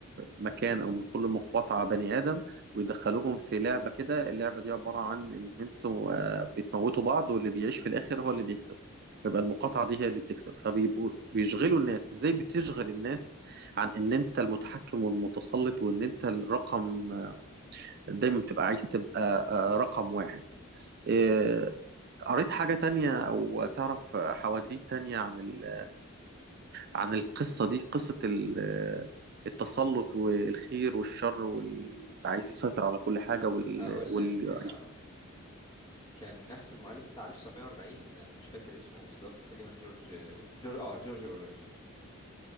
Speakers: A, on the right; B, on the left.
A: مكان او من كل مقاطعه بني ادم ويدخلوهم في لعبه كده اللعبه دي عباره عن ان انتوا آه، بتموتوا بعض واللي بيعيش في الاخر هو اللي بيكسب يبقى المقاطعة دي هي اللي بتكسب فبيبقوا بيشغلوا الناس ازاي بتشغل الناس عن ان انت المتحكم والمتسلط وان انت الرقم دايما بتبقى عايز تبقى آه، رقم واحد آه، قريت حاجة تانية أو تعرف حواديت تانية عن ال... عن القصة دي قصة ال... آه، التسلط والخير والشر واللي عايز يسيطر على كل حاجة وال...
B: أقول
A: وال...
B: لك آه، كان نفس المؤلف بتاع 1940 أنا مش فاكر اسمه بالظبط تقريبا جورج جورج آه جورج أوريل